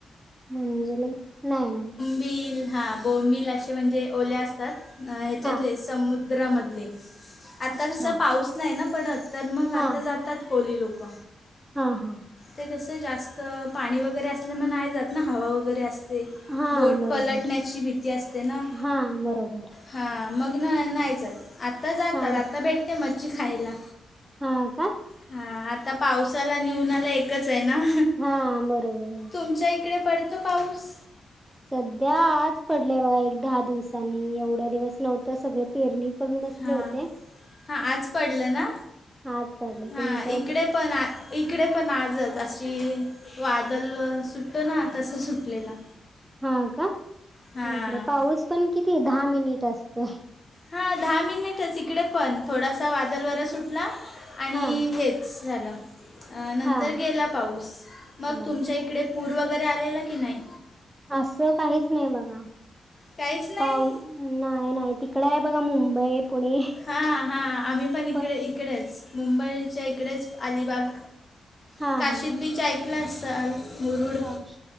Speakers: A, on the right; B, on the left.
A: म्हणजे नाही ना.
B: बिल हा बोंबिल असे म्हणजे ओले असतात. ह्याच्यातले
A: हा
B: समुद्रामधले आता
A: अच्छा
B: कस पाऊस नाही ना पडत. तर मग
A: हा
B: आता जातात कोली लोक.
A: हा हा
B: ते कस जास्त पाणी वगैरे असले मग नाही जात ना. हवा वगैरे असते.
A: हा
B: बोट
A: बरोबर
B: पलटण्याची भीती असते ना.
A: हा बरोबर
B: हा मग ना नाही जात. आत्ता जातात
A: हा
B: आता भेटते मच्छी खायला.
A: हा का
B: हा आता पावसाला आणि उन्हाला एकच आहे ना.
A: हा बरोबर आहे.
B: तुमच्या इकडे पडतो पाऊस.
A: सध्या आज पडलय बघा एक दहा दिवसांनी. एवढ्या दिवस नव्हत सगळ पेरणी करून बसले
B: हा
A: होते
B: हा आज पडल ना.
A: आज पडले
B: हा
A: तुमच्या
B: इकडे पण आ इकडे पण आजच. अशी वादल व सुटतो ना तस सुटलेला.
A: हा का,
B: हां
A: इकडे पाऊस पण किती दहा मिनिट असतोय.
B: हा दहा मिनिटच इकडे पण. थोडासा वादल वारा सुटला आणि
A: हा
B: हेच झाल. नंतर
A: हा
B: गेला पाऊस मग
A: बघा
B: तुमच्या इकडे पूर वगैरे आलेला की नाही.
A: अस काहीच नाही बघा.
B: काहीच नाही
A: पाऊ नाही नाही तिकडे आहे बघा. मुंबई पुणे
B: हा हा आम्ही पण इकडे
A: प
B: इकडेच मुंबईच्या इकडेच अलिबाग
A: हा
B: काशीद
A: हा
B: बीच ऐकल असल. मुरुड
A: काश